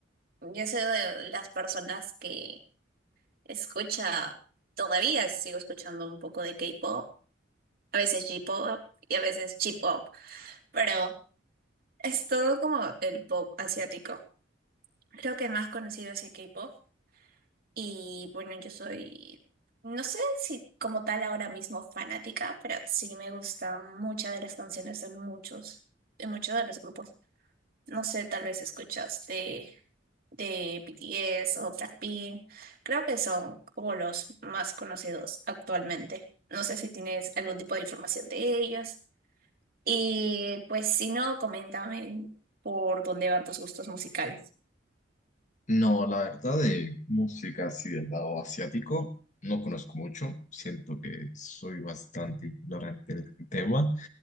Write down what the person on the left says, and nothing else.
No, la verdad de música así del lado asiático no conozco mucho, siento que soy bastante ignorante del tema